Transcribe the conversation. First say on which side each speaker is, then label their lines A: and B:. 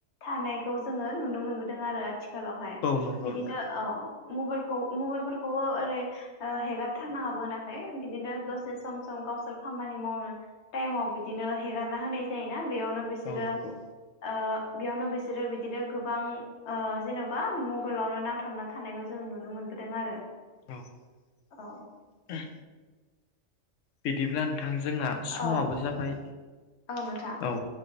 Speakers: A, on the left (about 65°); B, on the left (about 85°).
A: थानायखौ जोंओ नुनो मोनबोदों आरो। थिखालावहाय
B: औ नंगौ
A: बिदिनो
B: नोंथां
A: औ। मबाइलखौ मबाइलफोरखौबो ओरै ओ हेगारथारनांआबो होनाखै बिदिनो दसे सम सम गावसोर। खामानि मावनो टाइमाव बिदिनो हेगारना होनाय जायो। बेयावनो बिसोरो
B: औ नंगौ
A: ओ। बेयावनो बिसोरो बिदिनो गोबां ओ जेन'बा मबाइलावनो नांथाबना थानायखौ जों नुनो मोनो। दों आरो।
B: औ उम।
A: औ
B: बिदिब्ला नोंथां जोंना समाबो
A: औ
B: जाबाय
A: औ नोंथां
B: औ।